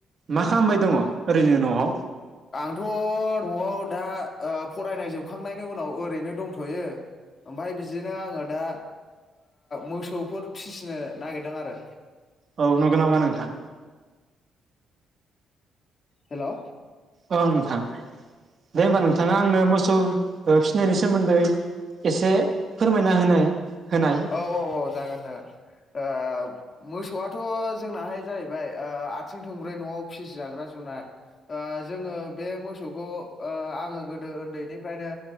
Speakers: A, on the right; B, on the left.
A: मा खामबाय दङ। जोङो नहाव।
B: आंथ नआव दा। ओ फरायनाय जोबखांनायनि उनाव ओरैनो दंथयो। ओमफाय बिदिनो आङो दा। मोसौफोर फिसिनो नागिरदों आरो।
A: औ नंगौ नामा नोंथां
B: हेलौ
A: औ नोंथां दे होमबा नोंथाङा आंनो मोसौ। ओ फिसिनायनि सोमोन्दै एसे। फोरमायना होनाय होनाय
B: औ औ औ जागोन जागोन ओ मोसौआथ। थ जोंनाहाय जाहैबाय ओ आथिं थंब्रै नआव फिसिजाग्रा जुनार ओ जोङो बे मोसौखौ ओ आङो गोदो उन्दैनिफ्रायनो